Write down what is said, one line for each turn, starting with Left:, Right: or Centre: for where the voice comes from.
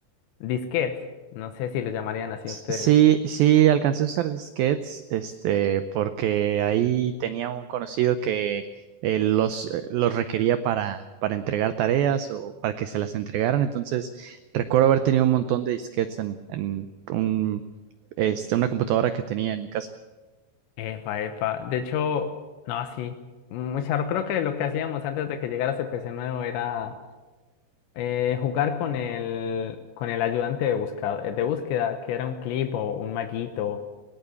Left: disquetes. No sé si lo llamarían así ustedes.
Right: Sí, sí, alcancé a usar disquetes, este, porque ahí tenía un conocido que eh, los, eh, los requería para, para entregar tareas o para que se las entregaran. Entonces, recuerdo haber tenido un montón de disquetes en, en un, este, una computadora que tenía en mi casa.
Left: Epa, epa. De hecho, no, sí. Mucha, creo que lo que hacíamos antes de que llegara ese PC nuevo era eh, jugar con el, con el ayudante de, buscado, eh, de búsqueda, que era un clip o un maguito